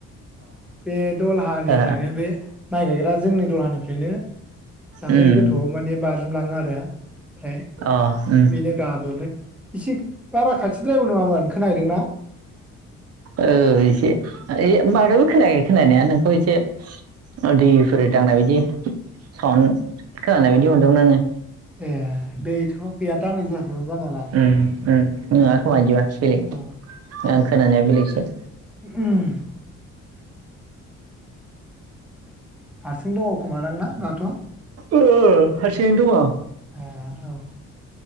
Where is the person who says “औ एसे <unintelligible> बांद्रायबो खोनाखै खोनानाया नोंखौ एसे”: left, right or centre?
Right